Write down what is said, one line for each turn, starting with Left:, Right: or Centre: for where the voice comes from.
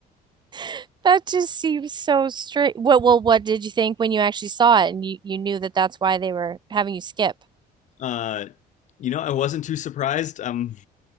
Right: <laughs> that just seems so straight. What, well, what did you think when you actually saw it and you, you knew that that's why they were having you skip?
Left: Uh, you know, I wasn't too surprised. Um,